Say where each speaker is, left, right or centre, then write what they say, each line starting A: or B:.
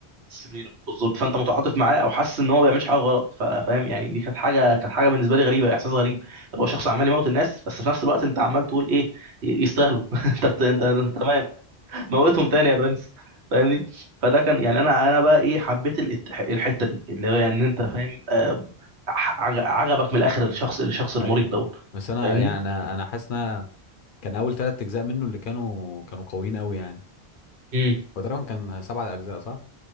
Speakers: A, on the right (about 80°); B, on the left (about 60°).
A: شريره بالظبط فانت متعاطف معاه او حاسس ان هو ما بيعملش حاجه غلط فا- فاهم يعني دي كانت حاجه كانت حاجه بالنسبه لي غريبه احساس غريب اللي هو شخص عمال يموت الناس بس في نفس الوقت انت عمال تقول ايه ي- يستاهلوا <laughs> انت بت- انت أنت تمام موتهم تاني يا برنس فاهمني فده كان يعني انا انا بقى ايه حبيت الات- الحته دي اللي هو يعني انت فاهم آه، ع- عجبك من الاخر الشخص الشخص المريض
B: ايوه
A: دوت
B: بس انا
A: فاهمني
B: يعني انا انا حاسس ان أنا- كان اول ثلاث اجزاء منه اللي كانوا كانوا قويين قوي يعني
A: امم
B: هو تقريبا كان سبع اجزاء صح